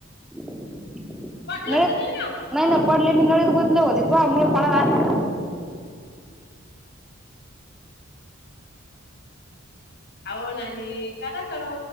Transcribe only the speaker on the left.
पडल्या तर नाही ना
अहो नानी कदा करो